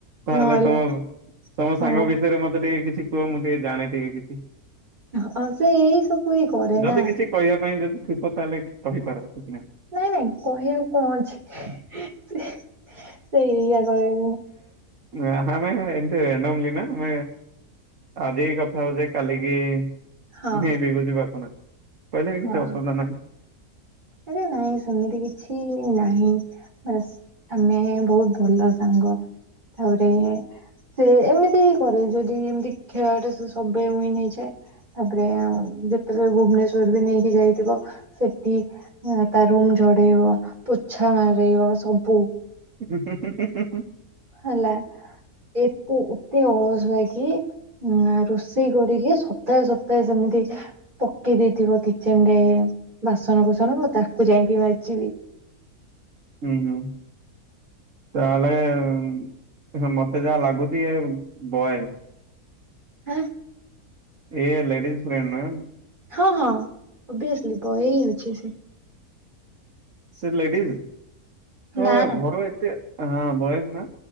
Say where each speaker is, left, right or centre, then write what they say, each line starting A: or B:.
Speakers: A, on the right (about 60°); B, on the right (about 30°).
A: ତାହେଲେ
B: ନହେଲେ
A: ତମ ତମ
B: ହଁ
A: ସାଙ୍ଗ ବିଷୟରେ ମତେ ଟିକେ କିଛି କୁହ ମୁଁ ଟିକେ ଜାଣେ ଟିକେ କିଛି।
B: ହଁ ସେ ଏଇ ସବୁ ଇ କରେନା।
A: ଯଦି କିଛି କହିବା ପାଇଁ ଯଦି ଥିବ ତାହେଲେ କହିପାର କିଛି ନାଇଁ।
B: ନାଇଁ ନାଇଁ କହିବାକୁ କଣ ଅଛି ସେ ସେଇ ଏଇଆ କହିବା ପାଇଁ।
A: ନାହଁ ନାଇଁ ଏମତି <unintelligible> ନା ଆଜି କଥା ହଉଚେ କାଲିକି
B: ହଁ
A: ମେ ବି ବୁଝି ପାରଚ ନା କହିଲେ ବି
B: ହଁ
A: କିଛି ଅସୁବିଧା ନାଇଁ।
B: ଆରେ ନାଇଁ ସେମିତି କିଛି ନାହିଁ ବାସ ଆମେ ବହୁତ ଭଲ ସାଙ୍ଗ ତାପରେ ସେ ଏମିତି ହିଁ କରେ ଯଦି ଏମିତି ଖେଳରେ ସେ ସବବେ ଉଇନ୍ ହେଇଯାଏ। ତାପରେ ଯେତେବେଳେ ଭୁବନେଶ୍ଵର ବି ନେଇକି ଯାଇଥିବ ସେଟି ତା ରୁମ ଝଡେଇବ ପୋଛା ମାରେଇବ ସବୁ।
A: ହୁଁ ହୁଁ ହୁଁ ହୁଁ
B: ହେଲା ଏକୁ ଉ ଏତେ ଅଳଶୁଆ ହେଇକି ଉଁ ରୋଷେଇ କରିକି ସପ୍ତାହେ ସପ୍ତାହେ ସେମିତି ପକେଇ ଦେଇଥିବ କିଚେନରେ ବାସନ କୁସନ ମୁଁ ତାକୁ ଯାଇକି ମାଯିବି।
A: ହୁଁ ହୁଁ ତାହେଲେ ମତେ ଯାହା ଲାଗୁଛି ଏ ବଏ
B: ଆଁ
A: ଇଏ ଲେଡିଜ୍ ଫ୍ରେଣ୍ଡ ନୁହେଁ।
B: ହଁ ହଁ ଓଭିଅସଲି ବୟ ଅଛି ସେ।
A: ସେ ଲେଡିଜ ତ
B: ନା ନା
A: ଘର ଏତେ ହଁ ବଏଜ ନା।